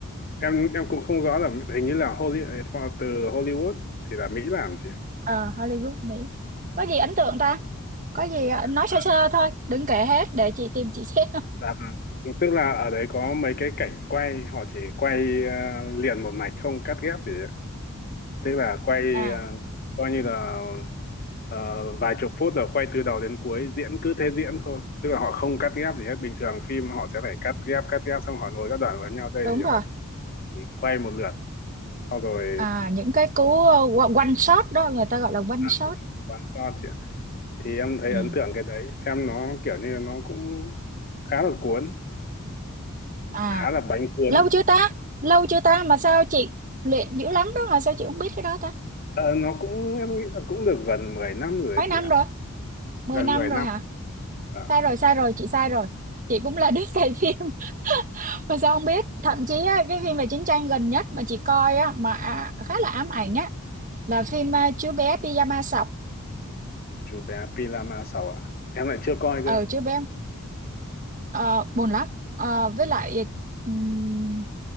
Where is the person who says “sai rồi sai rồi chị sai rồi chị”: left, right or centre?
Right